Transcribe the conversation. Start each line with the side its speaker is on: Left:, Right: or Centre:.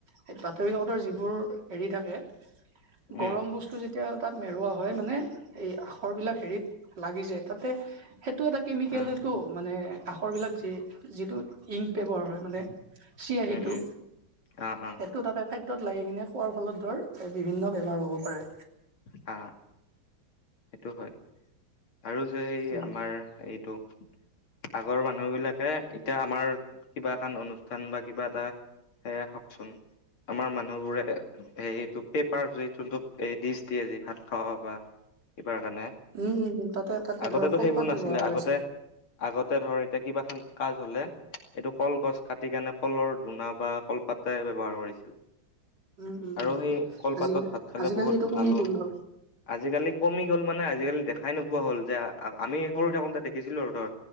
Right: হেই বাতৰি কাকতৰ যিবোৰ হেৰি থাকে
Left: উম
Right: গৰম বস্তু যেতিয়া তাত মেৰুৱা হয় মানে এই আখৰবিলাক হেৰিত লাগি যায় তাতে সেইটো এটা কেমিকেলটো
Left: অ
Right: মানে আখৰবিলাক যি যিটো ইংক ব্যৱহাৰ হয় মানে চিয়হীটো
Left: উম উম অ অ
Right: সেইটো তাতে খাদ্য দত লাগি কিনে খোৱাৰ ফলত ধৰ বিভিন্ন বেমাৰ হ'ব পাৰে।
Left: আ, এইটো হয়। আৰু যে এই
Right: উম
Left: আমাৰ এইটো আগৰ মানুহবিলাকে এতিয়া আমাৰ কিবা এখন অনুষ্ঠান বা কিবা এটা সেয়া হকচোন। আমাৰ মানুহবোৰে সেইটো পেপাৰ যে যোনটো এই ডিচ দিয়ে যি ভাত খাৱ বা বাৰ কাৰণে,
Right: উম উম উম তাতে তাতে
Left: আগতেতো
Right: ধৰ কলপাত
Left: সেইবোৰ নাছিলে
Right: ব্যৱহাৰ কৰিছিল
Left: আগতে আগতে ধৰ এতিয়া কিবা খান কাজ হ'লে এইটো কলগছ কাটি কেনে কলৰ ধূনা বা কলপাতে ব্যৱহাৰ কৰিছিল।
Right: উম উম
Left: আৰু
Right: উম
Left: সেই কলপাতত
Right: আজি
Left: ভাত খালে
Right: আজিকালি
Left: বহুত
Right: এইটো কমি
Left: ভালো।
Right: গ'ল ধৰ
Left: আজিকালি কমি গ'ল মানে আজিকালি দেখাই নোপোৱা হ'ল যে আমি সৰু থাকোতে দেখিছিলোঁ আৰু ধৰ